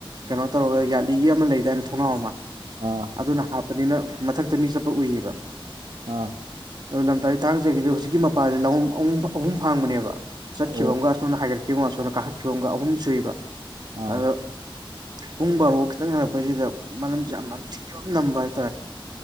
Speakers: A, on the right (about 50°); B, on the right (about 80°).
A: ꯀꯩꯅꯣ ꯇꯧꯔꯒ ꯌꯥꯠꯂꯤꯒꯤ ꯑꯃ ꯂꯩꯗꯥꯏꯅ ꯊꯣꯡꯅꯥꯎ ꯑꯃ
B: ꯑꯥ
A: ꯑꯗꯨꯅ ꯍꯥꯞꯄꯅꯤꯅ ꯃꯊꯛꯇ ꯃꯤ ꯆꯠꯄ ꯎꯏꯌꯦꯕ
B: ꯑꯥ
A: ꯑꯗꯨ ꯂꯝꯇꯥ ꯊꯥꯡꯖꯒꯤꯗꯨ ꯍꯧꯖꯤꯛꯀꯤ ꯃꯄꯥꯗ ꯂꯝꯂꯣꯡ ꯑꯍꯨꯝ ꯑꯍꯨꯝ ꯐꯥꯡꯕꯅꯦꯕ ꯆꯠꯈꯤꯕ
B: ꯑꯣ
A: ꯑꯃꯒ ꯑꯁꯣꯝꯅ ꯍꯥꯏꯒꯠꯈꯤꯕ ꯑꯃꯒ ꯑꯁꯣꯝꯗ ꯀꯥꯈꯠꯈꯤꯕ ꯑꯃꯒ ꯑꯍꯨꯝ ꯁꯨꯏꯕ
B: ꯑꯥ
A: ꯑꯗꯣ ꯄꯨꯡ ꯕꯥꯔꯣ ꯈꯤꯇꯪ ꯍꯜꯂꯛꯄꯁꯤꯗ ꯃꯅꯝꯁꯦ ꯌꯥꯝ ꯅꯝꯊꯤꯕ ꯑꯃ ꯅꯝꯕ ꯍꯥꯏꯇꯥꯔꯦ